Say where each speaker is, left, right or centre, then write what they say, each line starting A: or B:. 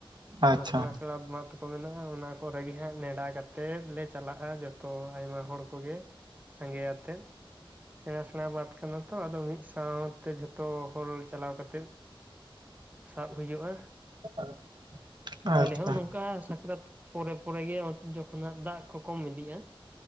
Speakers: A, on the right (about 15°); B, on the right (about 50°).
A: ᱟᱫᱚ
B: ᱟᱪᱪᱷᱟ
A: ᱥᱮᱬᱟ ᱥᱮᱬᱟ ᱵᱟᱸᱫᱷ ᱠᱚ ᱢᱮᱱᱟᱜᱼᱟ, ᱚᱱᱟ ᱠᱚᱨᱮ ᱜᱮ ᱦᱟᱸᱜ ᱱᱮᱰᱟ ᱠᱟᱛᱮᱫ ᱞᱮ ᱪᱟᱞᱟᱜᱼᱟ ᱡᱚᱛᱚ ᱟᱭᱢᱟ ᱦᱚᱲ ᱠᱚᱜᱮ᱾ ᱥᱟᱸᱜᱮ ᱟᱛᱮᱫ ᱥᱮᱲᱟ ᱥᱮᱲᱟ ᱵᱟᱛ ᱠᱟᱱᱟ ᱛᱚ ᱟᱫᱚ ᱢᱤᱫ ᱥᱟᱶᱛᱮ ᱡᱷᱚᱛᱚ ᱦᱚᱲ ᱪᱟᱞᱟᱣ ᱠᱟᱛᱮᱜ ᱥᱟᱵ ᱦᱩᱭᱩᱜᱼᱟ᱾
B: <inaudible> ᱟᱪᱪᱷᱟ
A: ᱟᱞᱮ ᱦᱚᱸ ᱱᱚᱝᱠᱟ ᱥᱟᱠᱨᱟᱛ ᱯᱚᱨᱮ ᱯᱚᱨᱮ ᱜᱮ ᱡᱚᱠᱷᱚᱱᱟᱜ ᱫᱟᱜ ᱠᱚ ᱠᱚᱢ ᱤᱫᱤᱜᱼᱟ᱾